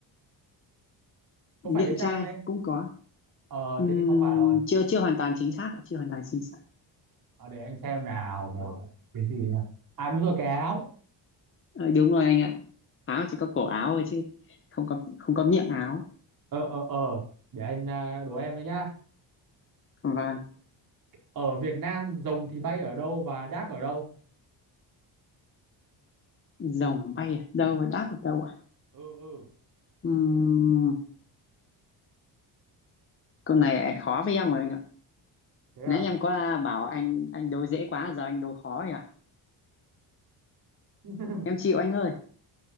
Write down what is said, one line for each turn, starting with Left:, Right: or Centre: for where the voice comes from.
Right: có
Left: miệng
Right: phải cái chai
Left: chai
Right: không em
Left: cũng có.
Right: ờ
Left: Ừm,
Right: thế thì không phải rồi
Left: chưa chưa hoàn toàn chính xác, ạ, chưa hoàn toàn chính xác.
Right: ờ, để anh xem nào một cái gì nhỉ à đúng rồi cái áo
Left: Ờ, đúng rồi anh ạ. Áo chỉ có cổ áo thôi chứ không có không có miệng áo.
Right: ờ ờ ờ để anh à, đố em đấy nhá
Left: Vâng,
Right: ở Việt Nam rồng thì bay ở đâu và đáp ở đâu
Left: rồng bay ở đâu đáp ở đâu ạ?
Right: ừ ừ
Left: Ừm, câu này khó với em rồi anh ạ.
Right: thế à
Left: Nãy em có bảo anh anh đố dễ quá giờ anh đố khó rồi ạ.
Right: <laughs>
Left: em chịu anh ơi